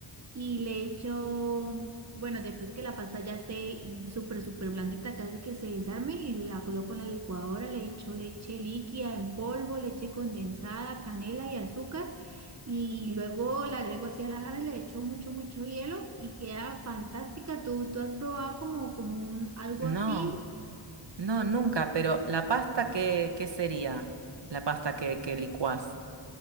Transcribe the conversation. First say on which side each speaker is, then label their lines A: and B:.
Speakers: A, on the right; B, on the right.
A: y le echo, bueno, después que la pasta ya esté súper, súper blandita, casi que se desarme y la coloco en la licuadora, le echo leche líquida en polvo, leche condensada, canela y azúcar. Y luego la agrego así a la jarra y le echo mucho, mucho hielo y queda fantástica. ¿Tú, tú has probado como, como un, algo
B: No,
A: así?
B: no, nunca, pero la pasta, ¿qué, qué sería? La pasta que, que licuás.